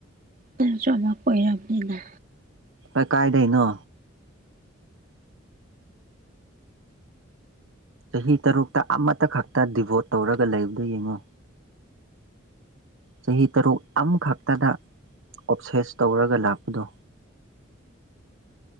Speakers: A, on the right; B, on the right.
A: ꯅꯪꯁꯨ ꯑꯃ ꯀꯣꯏꯔꯝꯅꯤꯅ
B: ꯑ ꯀꯥꯏꯗꯩꯩꯅꯣ ꯆꯍꯤ ꯇꯔꯨꯛꯇ ꯑꯃꯠꯇ ꯈꯛꯇ ꯗꯤꯚꯣꯠ ꯇꯧꯔꯒ ꯂꯩꯕꯗꯣ ꯌꯦꯡꯉꯣ ꯆꯍꯤ ꯇꯔꯨꯛ ꯑꯃꯈꯛꯇꯗ ꯑꯣꯞꯁꯦꯁ ꯇꯧꯔꯒ ꯂꯥꯛꯄꯗꯣ